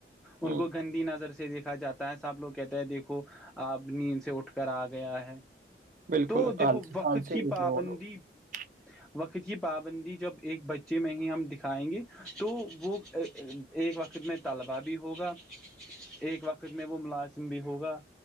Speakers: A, in the centre; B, on the right.
A: ان
B: ہوں
A: کو گندی نظر سے دیکھا جاتا ہے سب لوگ کہتے ہیں دیکھ کو آب نیند سے اٹھ کر آ گیا ہے
B: بالکل
A: تو دیکھو
B: آلسی
A: وقت
B: آلسی
A: کی
B: ہوتے
A: پابندی
B: ہیں وہ <unintelligible>
A: وقت کی پابندی جب ایک بچے میں ہی ہم دکھائیں گے تو وہ ایک وقت میں طلبا بھی ہوگا ایک وقت میں وہ ملازم بھی ہوگا